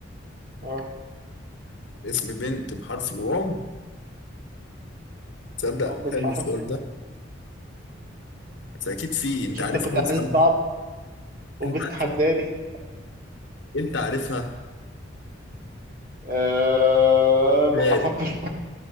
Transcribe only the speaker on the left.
اسم بنت بحرف الواو تصدق
حلو السؤال
ده بس أكيد في أنت
عارفها
مثلا
أنت عارفها أنت عارفها
بلاد